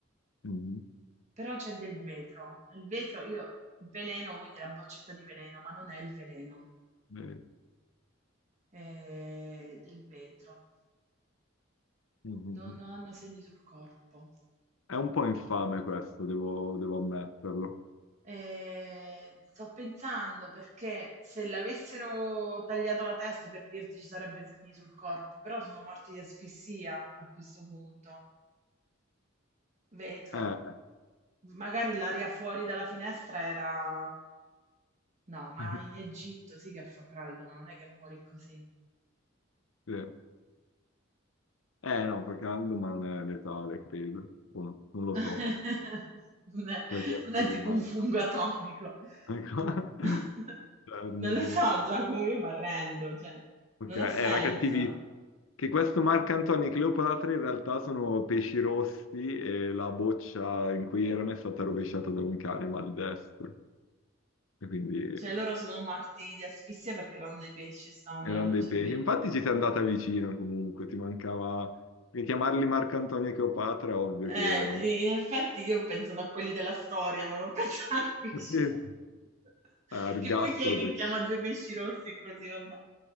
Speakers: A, on the left; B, on the right.
A: Mhm.
B: però c'è del vetro. Il vetro io il veleno, quindi la boccetta di veleno, ma non è il veleno,
A: Eh,
B: è del vetro.
A: mhm.
B: Non non hanno segni sul corpo.
A: È un po' infame questo, devo, devo ammetterlo.
B: Ehm, sto pensando perché se l'avessero tagliato la testa, per dirti, ci sarebbe segni sul corpo, però sono morti di asfissia a questo punto. Vetro.
A: Eh,
B: Magari l'aria fuori dalla finestra era... No, ma
A: <laughs>
B: in Egitto sì che fa caldo, ma non è che muori così.
A: sì. Eh, no, fa caldo, ma non è letale, credo. O no, non lo
B: <laughs>
A: so,
B: Non è,
A: per gli esseri
B: non è tipo
A: umani.
B: un fungo atomico.
A: Ecco. <laughs>
B: <laughs>
A: Chernobyl.
B: Non lo so, Giacomo, io mi arrendo, cioè,
A: Ok,
B: non
A: era
B: ha senso.
A: cattivissimo. Che questo Marco Antonio e Cleopatra in realtà sono pesci rossi e la boccia in cui erano è stata rovesciata da un cane maldestro. E quindi
B: Cioè, loro sono morti di asfissia perché erano dei pesci, stavano
A: erano
B: nella boccia
A: dei pesci.
B: di vetro.
A: Infatti ci sei andata vicino comunque, ti mancava... Perché chiamarli Marco Antonio e Cleopatra è ovvio
B: Eh,
A: che non...
B: in effetti io ho pensato a quelli della storia, non ho <laughs> pensato ai pesci
A: <laughs> Sì,
B: rossi.
A: Ergastolo,
B: Che poi chi è che
A: perché...
B: chiama due pesci rossi così, vabbè.